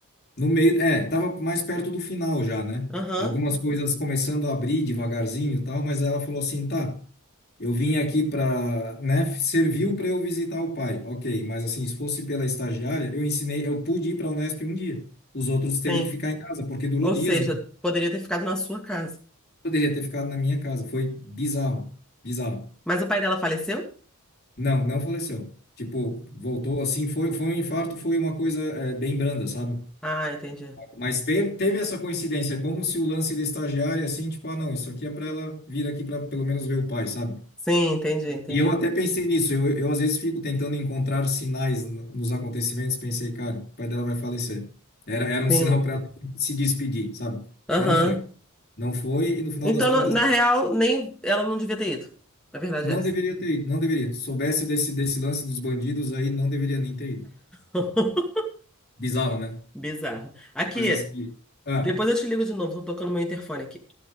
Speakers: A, on the left; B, in the centre.
A: No meio, é, tava mais perto do final já, né?
B: Aham.
A: Algumas coisas começando a abrir devagarzinho e tal, mas ela falou assim, tá, eu vim aqui pra, né, serviu para eu visitar o pai. Ok, mas assim, se fosse pela estagiária, eu ensinei, eu pude ir pra Unesp um dia. Os outros teve
B: Sim.
A: que ficar em casa, porque durou
B: Ou
A: dias
B: seja, poderia ter ficado na sua casa.
A: Poderia ter ficado na minha casa. Foi bizarro, bizarro.
B: Mas o pai dela faleceu?
A: Não, não faleceu. Tipo, voltou assim, foi, foi um infarto, foi uma coisa é, bem branda, sabe?
B: Ah, entendi.
A: Mas teve, teve essa coincidência, é como se o lance da estagiária, assim, tipo, ah, não, isso aqui é para ela vir aqui para pelo menos ver o pai, sabe?
B: Sim, entendi, entendi.
A: E eu até pensei nisso, eu, eu às vezes fico tentando encontrar sinais n- nos acontecimentos, pensei, cara, o pai dela vai falecer. Era, era um
B: Sim.
A: sinal para ela se despedir, sabe?
B: Aham.
A: Mas não foi. Não foi, e no final
B: Então,
A: das contas.
B: no- na real, nem ela não devia ter ido. Na verdade
A: Não
B: é essa.
A: deveria ter ido, não deveria. Soubesse desse, desse lance dos bandidos aí, não deveria nem ter ido.
B: <laughs>
A: Bizarro, né?
B: Bizarro. Aqui,
A: Coisas que. Ah,
B: depois eu te ligo de novo. Estão tocando meu interfone aqui,